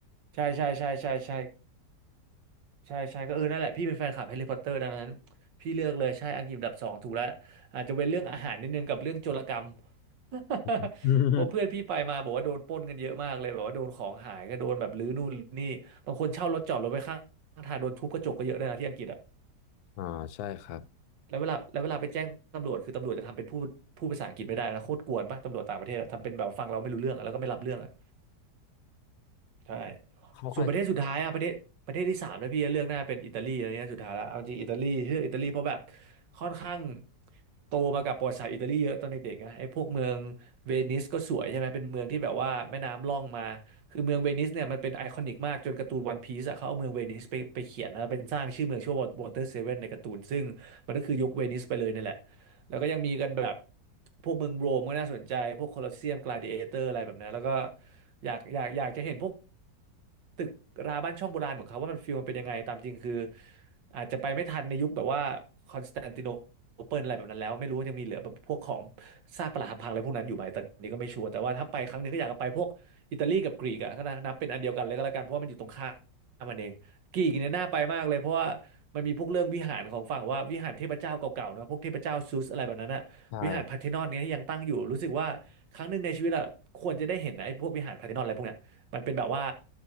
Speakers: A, on the right; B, on the left.
A: ใช่ใช่ใช่ใช่ใช่ใช่ใช่ก็เออนั่นแหละพี่เป็นแฟนคลับแฮร์รี่พอตเตอร์ดังนั้นพี่เลือกเลยใช่อังกฤษอันดับสองถูกแล้วอาจจะเว็นเรื่องอาหารนิดนึงกับเรื่องโจรกรรม <laughs>
B: <laughs>
A: เพราะเพื่อนพี่ไปมาบอกว่าโดนปล้นกันเยอะมากเลยแบบว่าโดนของหายก็โดนแบบรื้อนู่นรื้อนี่บางคนเช่ารถจอดรถไว้ข้างทางโดนทุบกระจกก็เยอะเลยนะที่อังกฤษอะ
B: อ่าใช่ครับ
A: แล้วเวลาแล้วเวลาไปแจ้งตำรวจคือตำรวจจะทำเป็นพูดพูดภาษาอังกฤษไม่ได้นะโคตรกวนป่ะตำรวจต่างประเทศอะทำเป็นแบบฟังเราไม่รู้เรื่องอะแล้วก็ไม่รับเรื่องอะ ใช่
B: เขาอาจจะ
A: ส่วนประเทศสุดท้ายอะประเทศประเทศที่สามแล้วพี่จะเลือกหน้าเป็นอิตาลีอะไรเงี้ยสุดท้ายแล้วเอาจริงอิตาลีเลือกอิตาลีเพราะแบบค่อนข้างโตมากับประวัติศาสตร์อิตาลีเยอะตอนเด็กๆนะไอ้พวกเมืองเวนิสก็สวยใช่ไหมเป็นเมืองที่แบบว่าแม่น้ำล่องมาคือเมืองเวนิสเนี่ยมันเป็นไอคอนิกมากจนการ์ตูนวันพีซอะเขาเอาเมืองเวนิสไปไปเขียนนะเป็นสร้างชื่อเมืองชื่อว่าวอเตอร์เซเว่นในการ์ตูนซึ่งมันก็คือยกเวนิสไปเลยนี่แหละแล้วก็ยังมีกันแบบพวกเมืองโรมก็น่าสนใจพวกโคลอสเซียมกลาดิเอเตอร์อะไรแบบนั้นแล้วก็อยากอยากอยากจะเห็นพวก ตึกราบ้านช่องโบราณของเขาว่ามันฟิลมันเป็นยังไงตามจริงคืออาจจะไปไม่ทันในยุคแบบว่าคอนสแตนติโนเปิลอะไรแบบนั้นแล้วไม่รู้ว่ายังมีเหลือแบบพวกของซากปรักหักพังอะไรพวกนั้นอยู่ไหมตอนนี้ก็ไม่ชัวร์แต่ว่าถ้าไปครั้งหนึงก็อยากจะไปพวกอิตาลีกับกรีกอะก็นะนับเป็นอันเดียวกันเลยก็แล้วกันเพราะว่ามันอยู่ตรงข้ามมันเองกรีกเนี่ยน่าไปมากเลยเพราะว่ามันมีพวกเรื่องวิหารของฝั่งว่าวิหารเทพเจ้าเก่าๆนะพวกเทพเจ้าซูสอะไรแบบนั้นอะวิหารพาร์เธนอนเนี่ยที่ยังตั้งอยู่รู้สึกว่าครั้งหนึ่งในชีวิตอะควรจะได้เห็นนะไอ้พวกวิหารพาร์เธนอนอะไรพวกเนี้ย
B: ใช่
A: มันเป็นแบบว่า